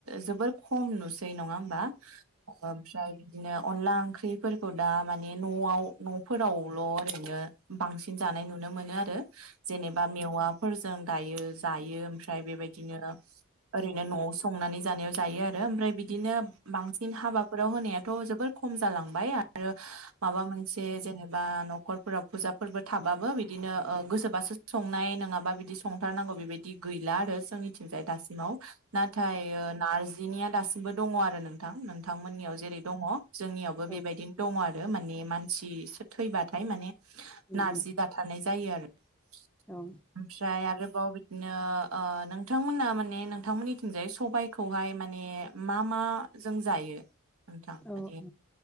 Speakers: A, on the right; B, in the centre.
A: जोबोर खम नुसै दै नङा होमबा ओमफ्राय बिदिनो अनला ओंख्रिफोरखौ दा माने न'आव न'फोरावल' ओरैनो बांसिन जानाय नुनो मोनो आरो जेनेबा मेवाफोरजों गायो जायो ओम आमफ्राय बेबायदिनो ओरैनो न'आव संनानै जानायाव जायो आरो ओमफ्राय बिद दिनो बांसिन हाबा फोराव होनायाथ' जोबोर खम जालांबाय आरो आरो माबा मोनसे जेनेबा न'ख न'खरफोराव फुजाफोरबो थाबाबो बिदिनो गोसोबासो संनाय नङाबा बिदि संथारनांगौ बेबायदि गैला आरो जोंनि जोंनि थिंजाय दासिमाव नाथाय जिनिया दासिमबो दङ आरो नोंथां नोंथांमोननियाव जेरै दङ जोंनियावबो
B: औ
A: बेबायदिनो दङ आरो माने मानसि सो थैबाथाय माने
B: उम
A: नारजि
B: उम
A: जाथारनाय जायो आरो आमफ्राय
B: औ
A: आरोबाव बिदिनो ओ नोंथांमोना माने नोंथांमोननिथिंजाय सबाय खौहाय माने मा मा जों जायो नोंथां
B: औ औ
A: माने